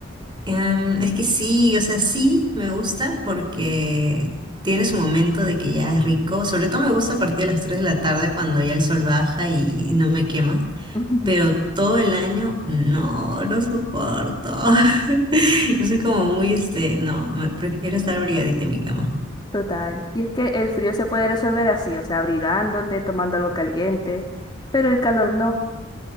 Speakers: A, on the right (about 20°); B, on the left (about 20°).
A: Em, es que sí, o sea, sí me gusta porque tiene su momento de que ya es rico. Sobre todo me gusta a partir de las 3 de la tarde cuando ya el sol baja y no me quema.
B: <laughs>
A: Pero todo el año no, no soporto. <laughs> Yo soy como muy, este, no, me prefiero estar abrigadita en mi cama.
B: Total. Y es que el frío se puede resolver así, o sea, abrigándote, tomando algo caliente, pero el calor no.